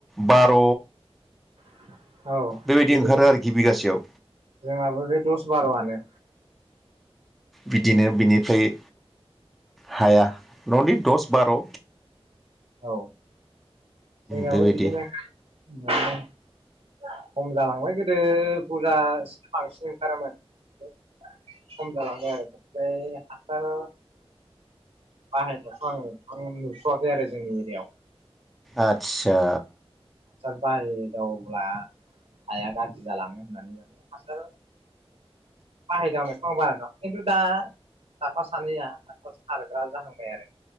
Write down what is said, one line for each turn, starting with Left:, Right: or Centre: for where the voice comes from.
Centre: बार'
Right: <inaudible> औ
Centre: बेबायदि
Right: बेबायदिनो
Centre: ओंखारो आरोखि बिगासेयाव
Right: जोंहाबो बे दस बार'आनो
Centre: बिदिनो बिनिफ्राय हाया न'नि दस बार'
Right: औ जोंनावो
Centre: बेबायदि
Right: बिदिनो खम जालांबाय गोदो बुरजा बांसिन ओंखारोमोन। खम जालांबाय आरो ओमफाय हासार बाहायनायखौ आं नुथ'वाखै आरो जोंनि एरियायाव
Centre: आतचा
Right: बाहेर दावब्ला हाया गाज्रि जालाङो होननानै माने हासार बाहायदावनोखौ बारा नुवाखै खिन्थु दा साफा सानैया हासार सारग्रा जाहांबाय आरो